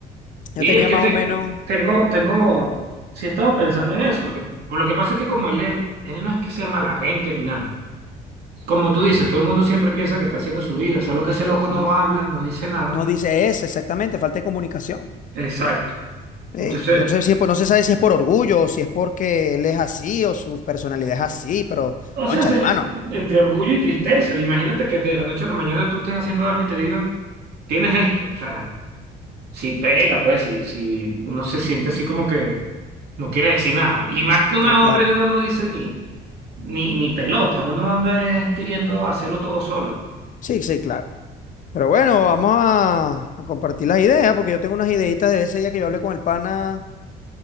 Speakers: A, on the right (about 70°); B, on the left (about 50°).
A: Y
B: Yo tenía
A: es que
B: más
A: te-
B: o menos,
A: tengo, tengo, sí he estado pensando en eso. Lo que, lo que pasa es que como él es- él no es que sea mala gente ni nada. Como tú dices, todo el mundo siempre piensa que está haciendo su vida, solo que ese loco
B: ujú,
A: no habla, no dice nada.
B: no dice eso exactamente, falta de comunicación.
A: Exacto.
B: Sí,
A: Entonces,
B: No sé si, es por- no se sabe si es por orgullo o si es porque él es así o su personalidad es así, pero
A: O
B: cónchale,
A: sea, se-
B: mano.
A: entre orgullo y tristeza. Imagínate que de la noche a la mañana tú estés haciendo algo y te digan, tienes esto. O sea, si pega, pues, si, si uno se siente así como que no quiere decir nada. Y más que uno
B: No,
A: es hombre
B: claro.
A: y uno no dice ni, ni, ni pelota. Uno anda es queriendo hacerlo todo solo.
B: Sí, sí, claro. Pero bueno, vamos a, a compartir las ideas, porque yo tengo unas ideitas de ese día que yo hablé con el pana.